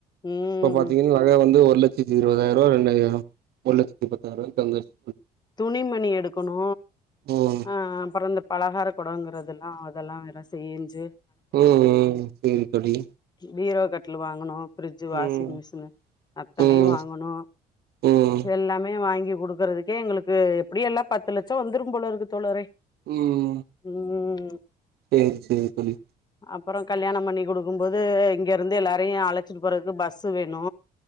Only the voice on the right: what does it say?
இப்ப பாத்தீங்கன்னா நக வந்து ஒரு லட்சத் இருபதாயிரூவா ரெண்டாயிரம் ஒரு லட்சத்தி பத்தாயிரூபாகிட்ட வந்துருச்
ம்
ம் ம் சேரி தோழி
ம்
ம்
ம்
ம் ம்
சேரி சேரி தோழி